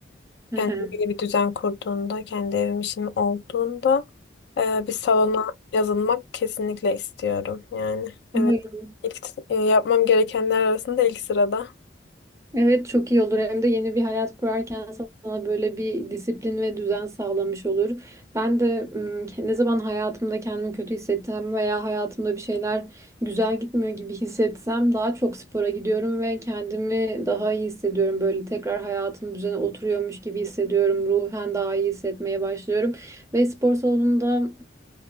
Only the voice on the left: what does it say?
Kendine
bir düzen kurduğunda, kendi evim işim olduğunda e, bir salona yazılmak kesinlikle istiyorum. Yani
evet, ilk e, yapmam gerekenler arasında ilk sırada.